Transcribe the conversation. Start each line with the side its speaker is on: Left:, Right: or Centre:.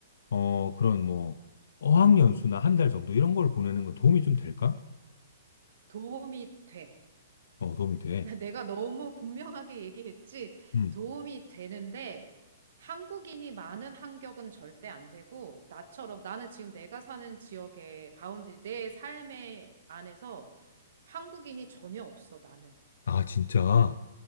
Left: 어, 그런 뭐 어학연수나 한 달 정도 이런 걸 보내는 건 도움이 좀 될까?
Right: 도움이 돼.
Left: 어, 도움이 돼.
Right: <laughs> 나- 내가 너무 분명하게 얘기했지.
Left: 음.
Right: 도움이 되는데 한국인이 많은 환경은 절대 안 되고 나처럼 나는 지금 내가 사는 지역의 바운드리 내 삶의 안에서 한국인이 전혀 없어 나는.
Left: 아, 진짜?